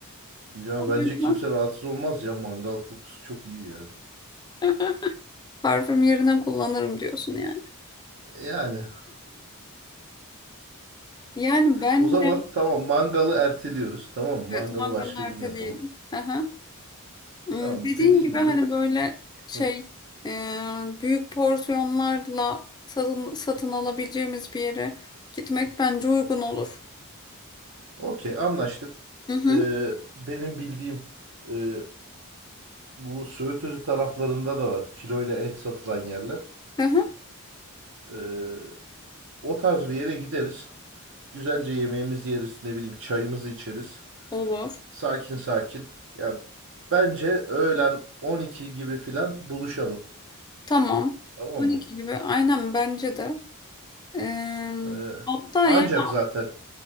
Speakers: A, on the right (about 60°); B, on the left (about 20°).
A: Ya
B: O yüzden
A: bence kimse rahatsız olmaz ya mangal kokusu çok iyi yani.
B: <laughs> parfüm yerine kullanırım diyorsun yani.
A: Yani
B: Yani bence
A: o zaman tamam mangalı erteliyoruz. Tamam mı? mangalı
B: evet mangalı
A: başka
B: erteleyelim.
A: gün yapalım.
B: Aha. Hmm,
A: Tamam
B: Dediğin
A: dediğin
B: gibi
A: gibi.
B: hani böyle şey
A: Hı.
B: e, büyük porsiyonlarla satın, satın alabileceğimiz bir yere gitmek bence uygun olur.
A: Okey anlaştık.
B: Hı hı,
A: Ee, benim bildiğim e, bu Söğütözü taraflarında da var kiloyla et satılan yerler.
B: hı hı,
A: Ee, o tarz bir yere gideriz. Güzelce yemeğimizi yeriz, ne bileyim çayımızı içeriz.
B: olur.
A: Sakin sakin. Ya bence öğlen 12 gibi filan buluşalım.
B: Tamam.
A: Tamam
B: 12
A: mı?
B: gibi aynen bence de. E,
A: Ee,
B: hatta
A: ancak
B: yani
A: zaten